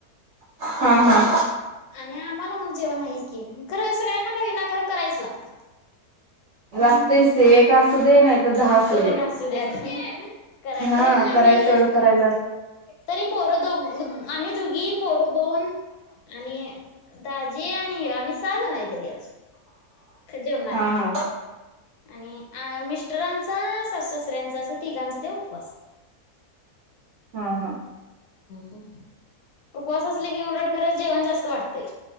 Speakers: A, on the right; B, on the left.
A: हा. हा.
B: आणि आम्हाला मग जेवण आहे की खरं सगळ्यांना का विनाकारण करायच लागते. हम्म
A: लागतेच
B: हम्म
A: ते ए असू दे नाही तर दहा
B: दोन
A: असू दे.
B: <unintelligible> कराय
A: हा
B: तरी पण आम्ही
A: करायचं एवढं करायला
B: तरी पोरं दोघ आम्ही दोघी पोरं दोन आणि दाजीआणि आम्ही सहा जण आहेतरी आज. खरं जेवणारी.
A: हा हा
B: आणि अ मिस्टरांचा सासू सासऱ्यांचा अस तिघांचा ते उपवासम्
A: हा हा
B: ह् उपवास असले कि उलट खरंच जेवण जास्त वाटतंय.